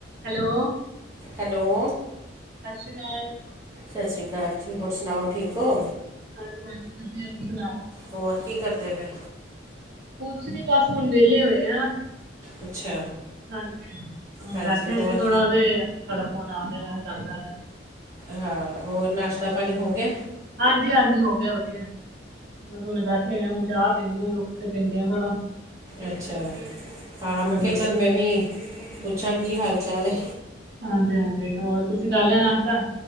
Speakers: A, on the right; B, on the right.
A: ਹੈਲੋ।
B: ਹੈਲੋ।
A: ਸਸ ਸ਼੍ਰੀ ਕਾਲ।
B: ਸਸ ਸ਼੍ਰੀ ਕਾਲ ਜੀ, ਹੋਰ ਸੁਣਾਓ ਠੀਕ ਓ?
A: ਹਾਂਜੀ-ਹਾਂਜੀ, ਵਧੀਆ, ਤੁਸੀਂ ਸੁਣਾਓ?
B: ਹੋਰ ਕੀ ਕਰਦੇ ਪਏ?
A: ਕੁੱਛ ਨੀ, ਬਸ ਹੁਣ ਵੇਲੇ ਹੋਏ ਆ।
B: ਅੱਛਾ
A: ਹਾਂਜੀ,
B: ਹਾਂਜੀ
A: ਬੈਠੇ
B: ਹੋਰ
A: ਸੀ ਥੋੜਾ ਤੇ ਤੁਹਾਡਾ ਫੋਨ ਆ ਗਿਆ, ਮੈਂ ਗੱਲ ਕਰਲਾ
B: ਹਾਂ, ਹੋਰ ਨਾਸ਼ਤਾ ਪਾਣੀ ਹੋ ਗਿਆ?
A: ਹਾਂਜੀ-ਹਾਂਜੀ ਹੋ ਗਿਆ ਵਧੀਆ, ਬ ਹੁਣੇ ਬੈਠ ਹੁਣ ਚਾਹ ਪੀਂਨੇ ਆ, ਲੁ ਕੇ ਪੀਂਦੇ ਆ ਥੋੜਾ।
B: ਅੱਛਾ, ਹਾਂ ਮੈਂ
A: ਹਾਂਜੀ
B: ਕਿਆ ਚੱਲ ਮੈਂ ਵੀ ਪੁੱਛਾਂ, ਕੀ ਹਾਲ ਚਾਲ ਏ।
A: ਹਾਂਜੀ-ਹਾਂਜੀ ਹੋਰ, ਤੁਸੀਂ ਕਰ ਲਿਆ ਨਾਸ਼ਤਾ?